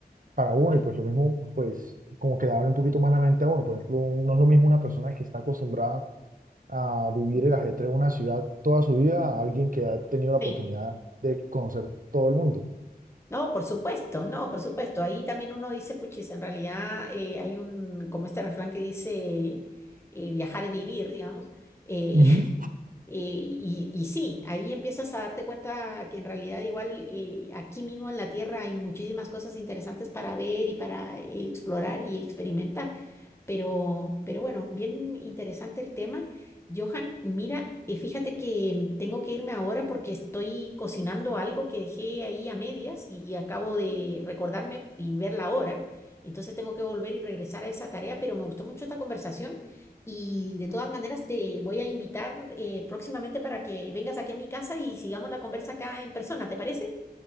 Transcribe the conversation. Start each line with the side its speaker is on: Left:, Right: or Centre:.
Right: para uno y pues lo mismo, pues como que le abre un poquito más la mente a uno. Por ejemplo, no es lo mismo una persona que está acostumbrada a vivir
Left: ujú,
Right: el ajetreo de una ciudad toda su vida a alguien que ha tenido la oportunidad
Left: sí.
Right: de conocer todo el mundo.
Left: No, por supuesto, no, por supuesto. Ahí también uno dice, puchis, en realidad eh, hay un, como este refrán que dice, eh, viajar es vivir, digamos. Eh,
Right: Ujú.
Left: Eh, y, y sí, ahí empiezas a darte cuenta que en realidad igual eh, aquí mismo en la Tierra hay muchísimas cosas interesantes para ver y para eh, explorar y experimentar. Pero, pero bueno, bien interesante el tema. Johan, mira, eh, fíjate que mm, tengo que irme ahora porque estoy cocinando algo que dejé ahí a medias y, y acabo de recordarme y ver la hora. Entonces tengo que volver y regresar a esa tarea, pero me gustó mucho esta conversación y de todas maneras te voy a invitar eh, próximamente para que vengas aquí a mi casa y sigamos la conversa acá en persona, ¿te parece?